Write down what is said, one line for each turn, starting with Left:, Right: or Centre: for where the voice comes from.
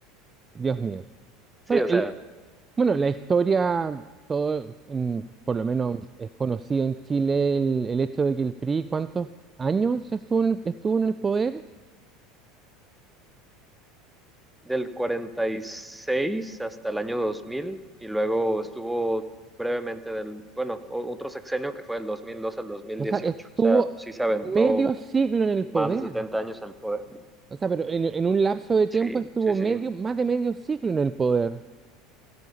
Right: Dios mío.
Centre: Sí,
Right: Bueno,
Centre: o
Right: el,
Centre: sea,
Right: Bueno, la historia, todo, en- por lo menos es conocido en Chile el, el hecho de que el PRI, ¿cuántos años estuvo en, estuvo en el poder?
Centre: del 46 hasta el año 2000 y luego estuvo brevemente del, bueno, o- otro sexenio que fue del 2002 al 2018.
Right: O sea, estuvo
Centre: O sea, pues sí se aventó
Right: medio siglo en el
Centre: más
Right: poder.
Centre: de 70 años en el poder.
Right: O sea, pero en, en un lapso de tiempo
Centre: Sí,
Right: estuvo
Centre: sí,
Right: medio,
Centre: sí,
Right: más de medio siglo en el poder.